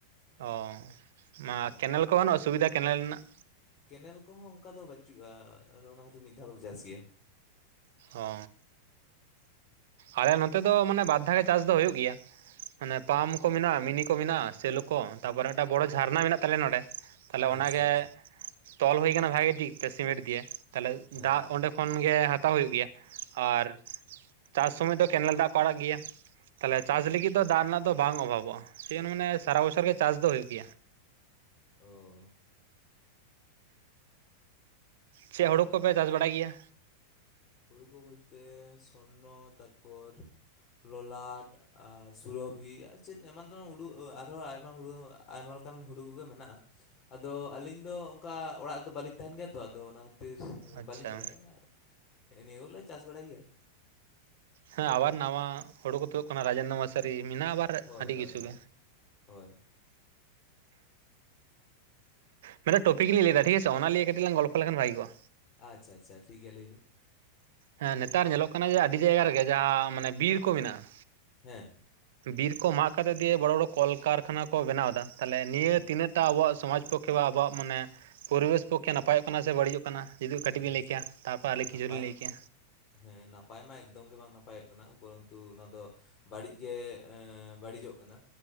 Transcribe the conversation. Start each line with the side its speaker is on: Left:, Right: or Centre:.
Right: ᱚ ᱢᱟ
Left: ᱦᱳᱭ
Right: ᱠᱮᱱᱮᱞ ᱠᱚ ᱥᱩᱵᱤᱫᱟ ᱠᱮᱱᱮᱞ ᱨᱮᱱᱟᱜ
Left: ᱠᱮᱱᱮᱞ ᱠᱚᱦᱚᱸ ᱚᱱᱠᱟ ᱫᱚ ᱵᱟᱹᱪᱩᱜᱼᱟ ᱟᱫᱚ ᱚᱱᱟ ᱠᱷᱟᱹᱛᱤᱨ ᱢᱤᱫ ᱫᱷᱟᱣ ᱫᱚᱞᱮ ᱪᱟᱥ ᱜᱮᱭᱟ
Right: ᱚ ᱟᱞᱮ ᱱᱚᱛᱮ ᱫᱚ ᱢᱟᱱᱮ ᱵᱟᱨ ᱫᱷᱟᱣ ᱪᱟᱥ ᱫᱚ ᱦᱩᱭᱩᱜ ᱜᱮᱭᱟ ᱟᱱᱮ ᱯᱟᱢ
Left: ᱚ
Right: ᱠᱚ ᱢᱮᱱᱟᱜᱼᱟ ᱢᱤᱱᱤ ᱠᱚ ᱢᱮᱱᱟᱜᱼᱟ ᱥᱮᱞᱚ ᱠᱚ ᱛᱟᱯᱚᱨᱮ ᱢᱤᱫᱴᱟᱝ ᱵᱚᱲᱚ ᱡᱷᱟᱨᱱᱟ ᱢᱮᱱᱟᱜ ᱛᱟᱞᱮᱭᱟ ᱱᱚᱰᱮ ᱛᱟᱦᱞᱮ ᱚᱱᱟᱜᱮ
Left: ᱟᱪᱪᱷᱟ ᱟᱪᱪᱷᱟ
Right: ᱛᱚᱞ ᱦᱩᱭ ᱟᱠᱟᱱᱟ ᱵᱷᱟᱜᱤ ᱫᱤᱠ ᱛᱮ ᱥᱤᱢᱮᱱᱴ ᱫᱤᱭᱮ ᱛᱟᱦᱞᱮ
Left: ᱦᱮᱸ
Right: ᱫᱟᱜ
Left: ᱦᱮᱸ
Right: ᱚᱸᱰᱮ ᱠᱷᱚᱱ ᱜᱮ ᱦᱟᱛᱟᱣ ᱦᱩᱭᱩᱜ ᱜᱮᱭᱟ ᱟᱨ ᱪᱟᱥ ᱥᱚᱢᱚᱭ ᱫᱚ ᱠᱮᱱᱮᱞ ᱫᱟᱜ ᱠᱚ ᱟᱲᱟᱜ ᱜᱮᱭᱟ ᱛᱟᱦᱞᱮ ᱪᱟᱥ ᱞᱟᱹᱜᱤᱫ ᱫᱚ ᱫᱟᱜ ᱨᱮᱱᱟᱜ ᱫᱚ ᱵᱟᱝ ᱚᱵᱷᱟᱵᱚᱜᱼᱟ ᱥᱮ ᱢᱟᱱᱮ ᱥᱟᱨᱟ ᱵᱚᱪᱚᱨ ᱜᱮ ᱪᱟᱥ ᱫᱚ ᱦᱩᱭᱩᱜ ᱜᱮᱭᱟ
Left: ᱚ
Right: ᱪᱮ ᱦᱩᱲᱩ ᱠᱚᱯᱮ ᱪᱟᱥ ᱵᱟᱲᱟᱭ ᱜᱮᱭᱟ
Left: ᱦᱩᱲᱩᱠᱟᱹ ᱵᱚᱞᱛᱮ ᱥᱚᱨᱱᱚ ᱛᱟᱨᱯᱚᱨ ᱞᱚᱞᱟᱴ ᱟᱨ ᱥᱩᱨᱚᱵᱷᱤ ᱟᱨ ᱪᱮᱫ ᱮᱢᱟᱱ ᱫᱚ ᱩᱰᱩ ᱟᱨᱦᱚᱸ ᱟᱭᱢᱟ ᱦᱩᱲᱩ ᱟᱭᱢᱟ ᱞᱮᱠᱟᱱ ᱦᱩᱲᱩ ᱠᱚᱜᱮ ᱢᱮᱱᱟᱜᱼᱟ ᱟᱫᱚ ᱟᱹᱞᱤᱧ ᱫᱚ ᱚᱱᱠᱟ ᱚᱲᱟᱜ ᱨᱮᱫᱚ ᱵᱟᱹᱞᱤᱧ ᱛᱟᱦᱮᱱ ᱜᱮᱭᱟ ᱛᱚ ᱟᱫᱚ ᱚᱱᱟ ᱠᱷᱟᱹᱛᱤᱨ
Right: ᱟᱪᱪᱷᱟ
Left: ᱵᱟᱹᱞᱤᱧ ᱵᱟᱲᱟᱭᱟ ᱦᱮᱸ ᱱᱤᱭᱟᱹ ᱦᱚᱸᱞᱮ ᱪᱟᱥ ᱵᱟᱲᱟᱭ ᱜᱮᱭᱟ
Right: ᱦᱮᱸ ᱟᱵᱟᱨ ᱱᱟᱣᱟ ᱦᱳᱲᱩ ᱠᱚ <inaudible> ᱠᱟᱱᱟ ᱨᱟᱡᱮᱱ <inaudible> ᱢᱟᱥ <inaudible> ᱢᱮᱱᱟᱜᱼᱟ ᱟᱵᱟᱨ
Left: ᱦᱳᱭ
Right: ᱟᱹᱰᱤ
Left: ᱦᱳᱭ
Right: ᱠᱤᱪᱷᱩ
Left: ᱦᱳᱭ
Right: ᱜᱮ
Left: ᱦᱳᱭ
Right: ᱢᱟᱱᱮᱛᱚ ᱴᱚᱯᱤᱠ ᱞᱤᱧ ᱞᱟᱹᱭᱮᱫᱟ ᱴᱷᱤᱠ ᱟᱪᱷᱮ ᱚᱱᱟ ᱞᱤᱭᱮ ᱠᱟᱹᱴᱤᱡ ᱞᱟᱝ ᱜᱚᱞᱯᱚ ᱞᱮᱠᱷᱟᱱ ᱵᱷᱟᱜᱮ ᱠᱚᱣᱟ
Left: ᱟᱪᱪᱷᱟ ᱟᱪᱪᱷᱟ ᱴᱷᱤᱠ ᱜᱤᱭᱟ ᱞᱟᱹᱭ ᱵᱤᱱ
Right: ᱦᱮᱸ ᱱᱮᱛᱟᱨ ᱧᱮᱞᱚᱜ ᱠᱟᱱᱟ ᱡᱮ ᱟᱹᱰᱤ ᱡᱟᱭᱜᱟ ᱨᱮᱜᱮ ᱡᱟᱦᱟᱸ ᱢᱟᱱᱮ ᱵᱤᱨ ᱠᱚ ᱢᱤᱱᱟᱜᱼᱟ
Left: ᱦᱮᱸ
Right: ᱵᱤᱨ ᱠᱚ ᱢᱟᱜ ᱠᱟᱛᱮᱜ ᱫᱤᱭᱮ ᱵᱚᱲᱚ ᱵᱚᱲᱚ ᱠᱚᱞᱠᱟᱨᱠᱷᱟᱱᱟ ᱠᱚ ᱵᱮᱱᱟᱣ ᱫᱟ ᱛᱟᱦᱚᱞᱮ ᱱᱤᱭᱟᱹ
Left: ᱦᱩᱸ
Right: ᱛᱤᱱᱟᱹᱜ <inaudible> ᱟᱵᱚᱣᱟᱜ ᱥᱚᱢᱟᱡᱽ ᱯᱚᱠᱠᱷᱮ ᱵᱟ ᱟᱵᱚᱣᱟᱜ ᱢᱟᱱᱮ ᱯᱚᱨᱤᱵᱮᱥ ᱯᱚᱠᱠᱷᱮ ᱱᱟᱯᱟᱭᱚᱜ ᱠᱟᱱᱟ ᱥᱮ ᱵᱟᱹᱲᱤᱡᱚᱜ ᱠᱟᱱᱟ ᱡᱩᱫᱤ ᱠᱟᱹᱴᱤᱡ
Left: ᱩᱸ,
Right: ᱵᱤ ᱞᱟᱹᱭ ᱠᱮᱭᱟ ᱛᱟᱯᱚᱨ ᱟᱞᱮ ᱠᱤᱪᱷᱩ
Left: ᱱᱟᱯᱟᱭ
Right: ᱞᱤᱧ ᱞᱟᱹᱭ ᱠᱮᱭᱟ
Left: ᱦᱮᱸ ᱱᱟᱯᱟᱭ ᱢᱟ ᱮᱠᱫᱚᱢ ᱜᱮ ᱵᱟᱝ ᱱᱟᱯᱟᱭᱚᱜ ᱠᱟᱱᱟ ᱩᱯᱚᱨᱚᱱᱛᱩ ᱚᱱᱟ ᱫᱚ ᱵᱟᱹᱲᱤᱡ ᱜᱮ ᱵᱟᱹᱲᱤᱡᱚᱜ ᱠᱟᱱᱟ